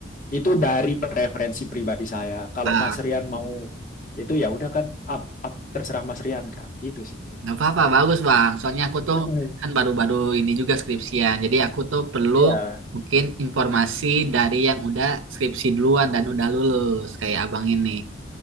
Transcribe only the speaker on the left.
Itu dari preferensi pribadi saya. Kalau
Mas Rian mau itu ya udah kan up, up terserah Mas Rian kan. Gitu sih.
<laughs>
Ya,